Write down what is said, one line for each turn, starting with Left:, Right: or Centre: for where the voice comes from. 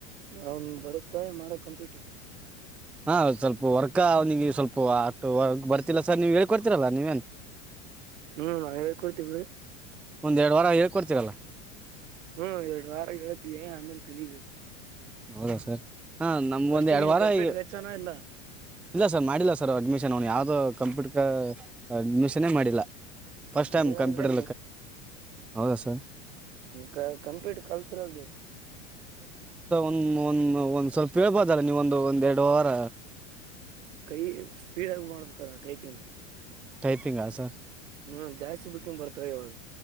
Right: ಅವನ್ ಬರುತ್ತ ಮಾಡ ಕಂಪ್ಯೂಟ
Centre: ಹಾ ಸ್ವಲ್ಪ ವರ್ಕ್ ಅವ್ನಿಗೆ ಸ್ವಲ್ಪ ಆ ಬರ್ತಿಲ್ಲ ಸರ್ ನೀವು ಹೇಳ್ಕೊಡ್ತಿೀರಲ್ಲ ನೀವೇನು
Right: ಹ್ಮ್ ನಾವಾಗ ಕೂರ್ತುದು
Centre: ಒಂದು ಎರಡು ವಾರ ಹೇಳ್ಕೊಡ್ತೀರಲ್ಲ
Right: ಹ್ಮ್ ಎರಡು ವಾರ ಹೇತೀವಿ ಆಮೇಲೆ ಕಲಬೇಕ
Centre: ಹೌದಾ ಸರ್ ಹಾ ನಮ್ಗ
Right: ಫಸ್ಟಿಗೆ
Centre: ಒಂದ್ ಎರಡು
Right: ಏನ್
Centre: ವಾರ
Right: ಕಂಪ್ಯೂಟರ್
Centre: ಈಗ
Right: ಹಚ್ಚೋಣ ಇಲ್ಲ
Centre: ಇಲ್ಲ ಸರ್ ಮಾಡಿಲ್ಲ ಸರ್ ಸರ್ ಅಡ್ಮಿಷನ್ ಅವನು ಯಾವ್ದೋ ಕಂಪ್ಯೂಟರ್ ಅಡ್ಮಿಷನ್ೇ ಮಾಡಿದ ಇಲ್ಲ ಫಸ್ಟ್
Right: ಹಂಗಂದ್ರೆ
Centre: ಟೈಮ್ ಕಂಪ್ಯೂಟರ್ ಹೌದಾ ಸರ್
Right: ಹ ಕಂಪ್ೀಟ್ ಕಲ್ತಿರಲ್ ಬೇಕು
Centre: ಹ್ಮ ಒಂದ ಒಂದ್ ಸ್ವಲ್ಪ ಹೇಳ್ಬೋದಲ್ಲ ನೀವೊಂದು ಒಂದ್ೆರಡು ವಾರ
Right: ಕೈ ಸ್ಪೀಡ್ ಆಗ ಮಾಡಬೇಕ ಕ ಟೈಪಿಂಗ್
Centre: ೈ್ತಿಂಗ ಸರ್
Right: ಹ್ಮ್ ಜಾಸ್ತಿ ಬುಕ್ಕಂಗ ಬರ್ತಾವ ಇವಾಗ